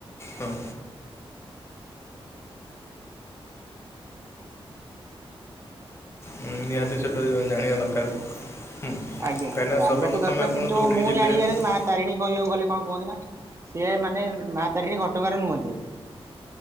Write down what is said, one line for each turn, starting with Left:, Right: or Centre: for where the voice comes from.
Left: ହଁ ହୁଁ ନିହାତି ସେଟୁ <unintelligible> ଜାଣିବା ଦରକାର। ହୁଁ
Right: ଆଜ୍ଞା
Left: କାହିଁକିନା
Right: ଜାଣିବା
Left: ସର୍ବପ୍ରଥମେ
Right: ତ ଦରକାର
Left: ଆପଣ
Right: କିନ୍ତୁ
Left: ଯେଉଁଠିକି
Right: ମୁଁ
Left: ଯିବେ
Right: ଜାଣିବାରେ
Left: ହୁଁ
Right: ମା ତାରିଣୀ କଇବାକୁ ଗଲେ କଁ କୁହନ୍ତି ନା ସିଏ ମାନେ ମା ତାରିଣୀ ଘଟଗାଁ ରେ ନୁହଁନ୍ତି।